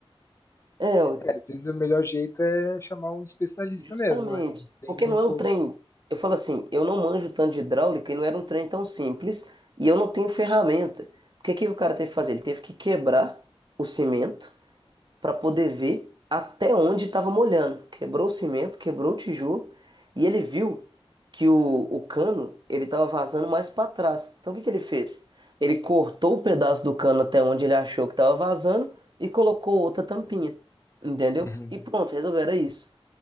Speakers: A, on the right; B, on the left.
A: É,
B: É, às vezes o melhor jeito é chamar um especialista
A: Justamente,
B: mesmo, né? Não tem
A: porque
B: muito.
A: não é um trem. Eu falo assim, eu não manjo tanto de hidráulica e não era um trem tão simples e eu não tenho ferramenta. Porque o que que o cara teve que fazer? Ele teve que quebrar o cimento para poder ver até onde estava molhando. Quebrou o cimento, quebrou o tijolo e ele viu que o, o cano ele estava vazando mais para trás. Então o que que ele fez? Ele cortou o pedaço do cano até onde ele achou que estava vazando e colocou outra tampinha, entendeu?
B: Uhum.
A: E pronto, resolveram isso.